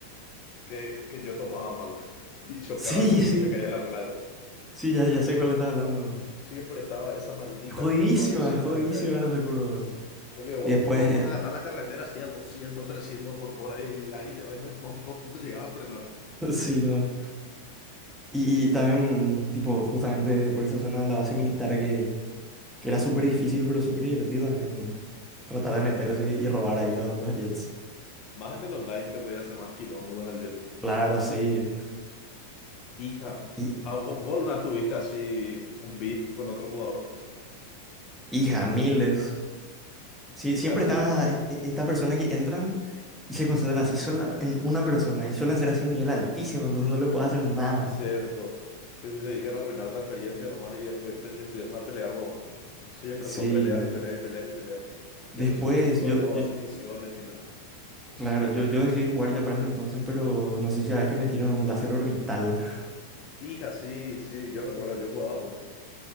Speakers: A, on the left; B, in the centre.
A: que, que yo tomaba mal <laughs> y chocaba
B: Sí,
A: y me,
B: sí.
A: y me caía en la playa.
B: Sí, ya, ya sé cuál estás hablando.
A: Siempre estaba esa maldita
B: Jodidísima,
A: curva, siempre
B: jodidísima
A: me caía.
B: era esa curva.
A: Porque
B: Y
A: vos,
B: después,
A: vos vas a agarrar la carretera así a 200, 300 por hora y ahí te vas y no, no, no, no llegás a frenar.
B: <laughs> sí, no. Y, y también, tipo, justamente por esa zona, la base militar que, que era súper difícil, pero súper divertida en tratar
A: Sí,
B: de
A: entrar
B: meterse
A: aquí
B: y, y
A: también.
B: robar
A: jet.
B: ahí los, los jets.
A: Más en el online que podía hacer más quilombo con el jet.
B: Claro, sí.
A: Hija,
B: Y,
A: ah, vos, vos alguna vez tuviste así un beef con otro jugador.
B: hija, miles. Sí, siempre
A: Así,
B: está este- esta persona que entran y se concentran así sola en una persona y suelen ser así nivel altísimo, entonces no le puedo hacer nada.
A: cierto. Que se dedican a arruinar la experiencia nomás y después empe- empiezan a pelear nomás. Siempre
B: Sí,
A: son peleas y peleas y peleas y peleas.
B: después
A: Yo no sé, ninguno
B: yo,
A: de los dos
B: yo
A: hace misiones ni nada.
B: Claro, yo, yo dejé de jugar ya para ese entonces, pero no sé si sabes que me tiraron un láser orbital
A: Hija, sí, sí, yo recuerdo, yo jugaba aún.